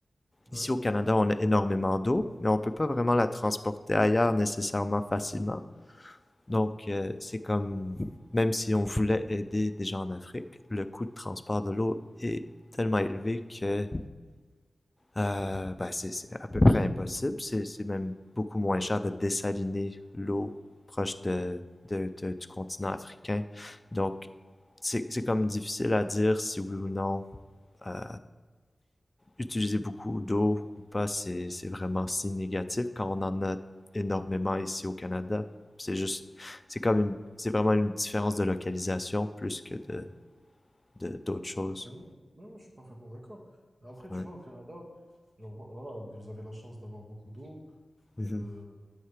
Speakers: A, on the right; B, on the left.
A: Ouais,
B: Ici au Canada, on a énormément d'eau, mais on peut pas vraiment la transporter ailleurs nécessairement facilement. Donc, euh, c'est comme, même si on voulait aider des gens en Afrique, le coût de transport de l'eau est tellement élevé que euh, ben, c'est c'est à peu près impossible. C'est c'est même beaucoup moins cher de dessaliner l'eau proche de, de- de- du continent africain. Donc, c'est c'est comme difficile à dire si oui ou non euh, utiliser beaucoup d'eau ou pas, c'est c'est vraiment si négatif quand on en a énormément ici au Canada. C'est juste, c'est comme une, c'est vraiment une différence de localisation plus que de de- d'autres choses.
A: absolument. Ouais, ouais, je suis parfaitement d'accord. Mais Après,
B: Ouais.
A: tu vois, au Canada, genre, vo- voilà, vous avez la chance d'avoir beaucoup d'eau.
B: Mhm.
A: Et euh,